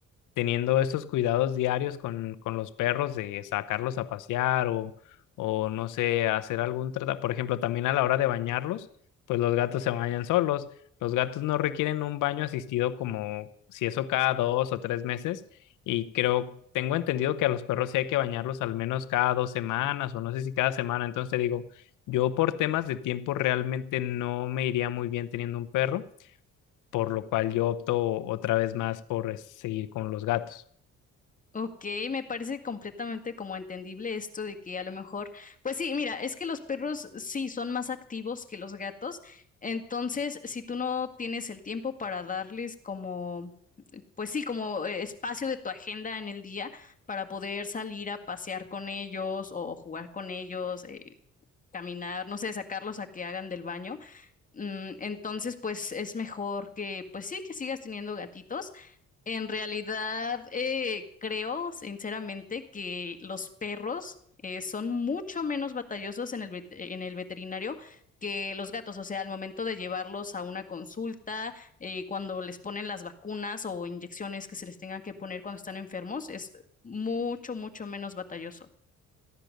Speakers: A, on the left; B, on the left.
A: teniendo estos cuidados diarios con, con los perros de sacarlos a pasear o, o no sé, hacer algún tratamiento. Por ejemplo, también a la hora de bañarlos, pues los gatos se bañan solos. Los gatos no requieren un baño asistido como si eso cada dos o tres meses. Y creo, tengo entendido que a los perros sí hay que bañarlos al menos cada dos semanas o no sé si cada semana. Entonces te digo, yo por temas de tiempo realmente no me iría muy bien teniendo un perro, por lo cual yo opto otra vez más por eh, seguir con los gatos.
B: Ok, me parece completamente como entendible esto de que a lo mejor, pues sí, mira, es que los perros sí son más activos que los gatos, entonces si tú no tienes el tiempo para darles como pues sí, como eh, espacio de tu agenda en el día para poder salir a pasear con ellos o jugar con ellos, eh, caminar, no sé, sacarlos a que hagan del baño. Mm, entonces, pues es mejor que, pues sí, que sigas teniendo gatitos. En realidad, eh, creo sinceramente que los perros eh, son mucho menos batallosos en el, vet- en el veterinario que los gatos. O sea, al momento de llevarlos a una consulta, eh, cuando les ponen las vacunas o inyecciones que se les tengan que poner cuando están enfermos, es mucho, mucho menos batalloso.